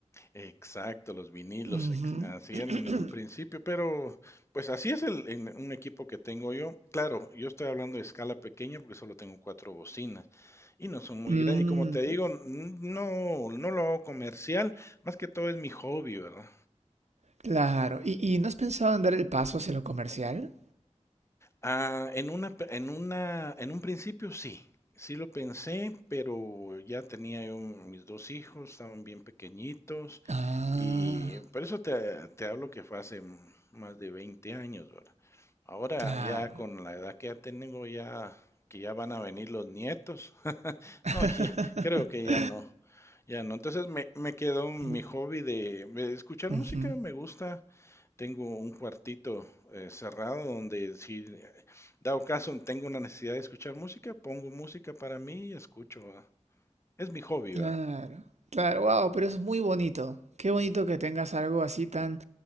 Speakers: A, on the left; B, on the right.
A: Exacto, los vinilos,
B: Ujú.
A: ex- así
B: <clears throat>
A: eran en un principio, pero pues así es el, en un equipo que tengo yo. Claro, yo estoy hablando de escala pequeña porque solo tengo cuatro bocinas y no son muy
B: Mm,
A: grandes. Y como te digo, n- no, no lo hago comercial, más que todo es mi hobby, ¿verdad?
B: claro. ¿Y, y no has pensado en dar el paso hacia lo comercial?
A: Ah, en una, pe- en una, en un principio sí, sí lo pensé, pero ya tenía yo mis dos hijos, estaban bien pequeñitos,
B: Ah,
A: y por eso te, te hablo que fue hace m- más de 20 años, ¿verdad? Ahora
B: claro.
A: ya con la edad que ya tengo, ya que ya van a venir los nietos, <laughs>
B: <laughs>
A: no, ya, creo que ya no, ya no. Entonces me, me quedó mi
B: Mm,
A: hobby de, de escuchar
B: ujú.
A: música, me gusta, tengo un cuartito eh, cerrado donde si eh, dado caso tengo una necesidad de escuchar música, pongo música para mí y escucho, ¿va? Es mi hobby,
B: Claro.
A: ¿va?
B: Claro, wow, pero es muy bonito. Qué bonito que tengas algo así tan